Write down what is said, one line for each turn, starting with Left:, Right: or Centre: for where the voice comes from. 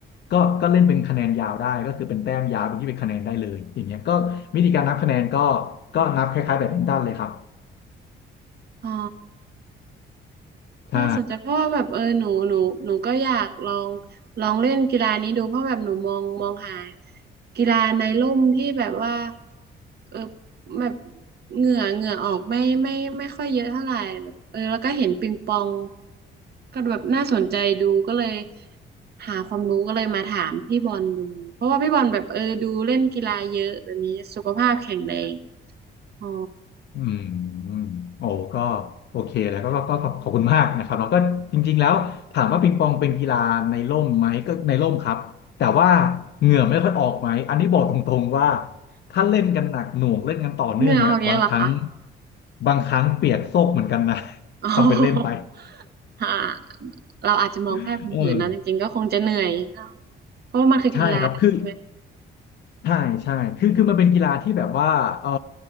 Left: ก็ก็เล่นเป็นคะแนนยาวได้ก็คือเป็นแต้มยาวเป็นที่เป็นคะแนนได้เลยอย่างเงี้ยก็วิธีการนับคะแนนก็ก็นับคล้ายๆแบดมินตันเลยครับ
Right: อ๋อ
Left: ใช่
Right: น่าสนใจเพราะว่าแบบเออหนูหนูหนูก็อยากลองลองเล่นกีฬานี้ดูเพราะแบบหนูมองมองหากีฬาในร่มที่แบบว่าเออแบบเหงื่อเหงื่อออกไม่ไม่ไม่ค่อยเยอะเท่าไหร่แบบเออแล้วก็เห็นปิงปองก็แบบน่าสนใจดูก็เลยหาความรู้ก็เลยมาถามพี่บอลดูเพราะว่าพี่บอลแบบเออดูเล่นกีฬาเยอะแบบนี้สุขภาพแข็งแรงอ๋อ
Left: อืมโอ้ก็โอเคแล้วก็ก็ก็ขอบคุณมากนะครับแล้วก็จริงๆแล้วถามว่าปิงปองเป็นกีฬาในร่มไหมก็ในร่มครับแต่ว่าเหงื่อไม่ค่อยออกไหมอันนี้บอกตรงๆว่าถ้าเล่นกันหนักหน่วงเล่นกันต่อเนื่องเนี่ยบางครั้ง
Right: เหงื่อออกเยอะเหรอคะ
Left: บางครั้งเปียกโซกเหมือนกันนะ
Right: โอ้โห
Left: <laughs> ทำเป็นเล่นไป
Right: อ่ะ <laughs> เราอาจจะมองแค่เผินๆนะจริงๆก็คงจะเหนื่อยเนอะ
Left: <laughs> เออ
Right: เพราะว่ามันคือกีฬาใช่ไหม
Left: ใช่ครับคือ ใช่ใช่ คือคือมันเป็นกีฬาที่แบบว่าเออ